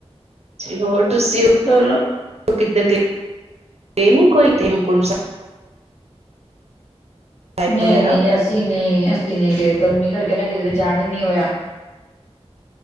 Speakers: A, on the right; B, on the left.
A: ਹੋਰ ਤੁਸੀਂ ਉ
B: ਚਲੋ
A: ਕਿੱਧਰ ਗਏ। ਗਏ ਨਹੀਂ ਕੋਈ ਹੇੰਮਕੂੰਡ ਸਾਬ। ਸਾਹਿਬ
B: ਨਹੀਂ-ਨਹੀਂ,
A: ਵਗੈਰਾ
B: ਅਸੀਂ ਨਹੀਂ ਅਸੀਂ ਨਹੀਂ ਗਏ, ਗਰਮੀ ਕਰਕੇ ਨਾ ਕਿਤੇ ਦੇ ਜਾਣ ਹੀ ਨੀ ਹੋਇਆ।